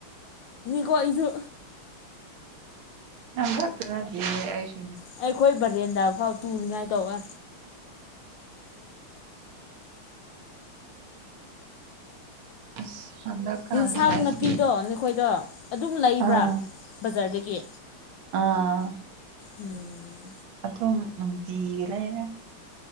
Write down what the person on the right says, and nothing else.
ꯅꯪꯒꯛꯇ ꯅꯠꯇꯦ ꯑꯁ
ꯑꯁ ꯍꯟꯗꯛꯀꯥꯟꯁꯦ
ꯑꯁ
ꯑꯥ
ꯑꯥ
ꯑꯊꯝ ꯅꯨꯡꯇꯤꯒꯤ ꯂꯩꯔꯦ